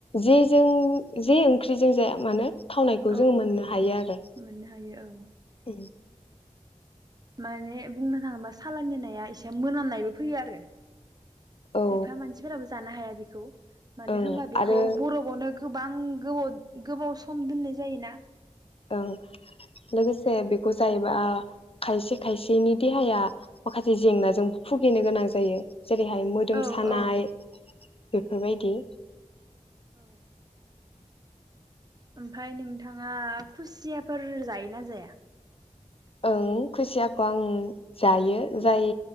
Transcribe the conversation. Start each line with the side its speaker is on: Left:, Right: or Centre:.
Left: जि जों जे ओंख्रिजों जाया मानो थावनायखौ
Right: औ
Left: जोंङो मोननो हायो आरो
Right: मोननो हायो औ
Left: उम।
Right: माने बुंनो थाङोबा साालाननि नाया एसे मोनामनायबो फैयो आरो।
Left: औ
Right: खायफा मानसिफोराबो जानो हाया बेखौ मानो
Left: ओं
Right: होनबा बेखौ
Left: आरो
Right: बरबबावनो गोबां गोबाव गोबाव सम दोननाय जायोना
Left: ओं लोगोसे बेखौ जायोबा खायसे खायसेनि देहाया माखासे जेंनाजों भुगिनो गोनां जायो। जेरैहाय मोदोम
Right: औ
Left: सानाय
Right: औ
Left: बेफोरबायदि
Right: औ ओमफ्राय नोंथाङा खुसियाफोर जायोना जाया?
Left: ओं खुसियाखौ आं जायो जाय